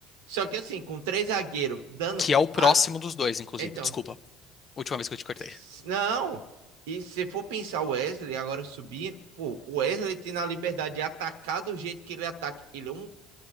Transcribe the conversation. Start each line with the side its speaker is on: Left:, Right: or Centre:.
Right: Só que assim, com três zagueiros dando.
Left: que é o próximo
Right: a-
Left: dos dois, inclusive.
Right: Então,
Left: Desculpa, última vez que eu te cortei.
Right: s- não. E se for pensar o Wesley agora subindo, pô, o Wesley tem a liberdade de atacar do jeito que ele ataca. Ele é um